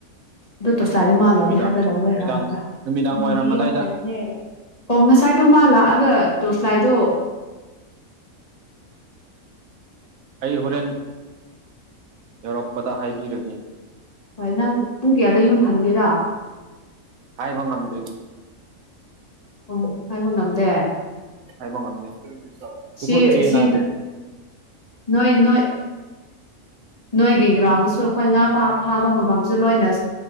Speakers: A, on the left; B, on the right.
A: ꯇꯣꯔꯁꯂꯥꯏꯗꯣ ꯃꯥꯅ ꯂꯧꯒꯦ
B: ꯅꯨꯃꯤꯗꯥꯡ
A: ꯍꯥꯏꯕ꯭ꯔ ꯂꯧꯔꯣꯏ
B: ꯅꯨꯃꯤꯗꯥꯡ
A: ꯍꯥꯏꯕ꯭ꯔꯥ
B: ꯅꯨꯃꯤꯗꯥꯡ
A: ꯅꯤꯕꯤꯌꯣ
B: ꯋꯥꯏꯔꯝ ꯑꯗꯥꯏꯗ
A: ꯍꯥꯏꯕꯅꯦ ꯑꯣ ꯉꯁꯥꯏꯗꯣ ꯃꯥ ꯂꯥꯛꯑꯒ ꯇꯣꯔꯁꯂꯥꯏꯗꯣ
B: ꯑꯩ ꯍꯣꯔꯦꯟ ꯌꯧꯔꯛꯄꯗ ꯍꯥꯏꯕꯤꯔꯒꯦ
A: ꯍꯣꯏ ꯅꯪ ꯄꯨꯡ ꯀꯌꯥꯗ ꯌꯨꯝꯍꯟꯒꯦꯔꯥ
B: ꯍꯥꯏꯕ ꯉꯝꯗ꯭ꯔꯤ
A: ꯑꯣ ꯍꯥꯏꯕ ꯉꯝꯗꯦ
B: ꯍꯥꯏꯕ ꯉꯝꯗꯦ ꯀꯁꯨ
A: ꯁꯤ
B: ꯆꯦꯟ
A: ꯁꯤ
B: ꯍꯥꯏꯕꯣ
A: ꯅꯣꯏ ꯅꯣꯏ ꯅꯣꯏꯒꯤ ꯒ꯭ꯔꯥꯎꯟꯁꯨ ꯑꯩꯈꯣꯏ ꯉꯥ ꯐꯥꯕ ꯃꯐꯝꯁꯨ ꯂꯣꯏꯅ